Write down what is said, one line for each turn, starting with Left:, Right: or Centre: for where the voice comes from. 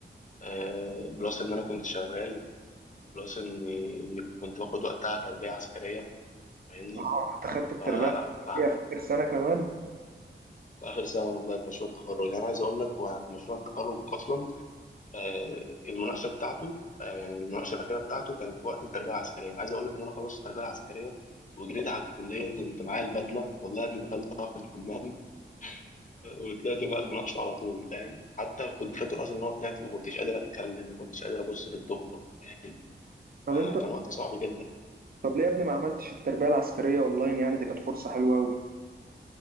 Left: آه، بلس إن أنا كنت شغال بلس إني إني كنت باخد وقتها تربية عسكرية فاهمني
Right: آه، أنت خدت التربية
Left: ف...
Right: العسكرية
Left: ف...
Right: في آخر سنة كمان
Left: في آخر سنة والله في مشروع التخرج يعني أنا عايز أقول لك هو في مشروع التخرج أصلا آه، المناقشة بتاعته آه، يعني المناقشة الأخيرة بتاعته كانت في وقت التربية العسكرية عايز أقول لك إن أنا خلصت التربية العسكرية وجريت على الكلية كنت معايا البدلة والله اللي دخلتها في الحمام <laughs> وطلعت بقى المناقشة على طول فاهم حتى كنت فاكر أصلا إن أنا طلعت ما كنتش قادر أتكلم ما كنتش قادر أبص للدكتور فاهم؟
Right: طب
Left: آه،
Right: أنت
Left: كان وقت صعب جدا
Right: طب ليه يا ابني ما عملتش التربية العسكرية أونلاين يعني دي كانت فرصة حلوة أوي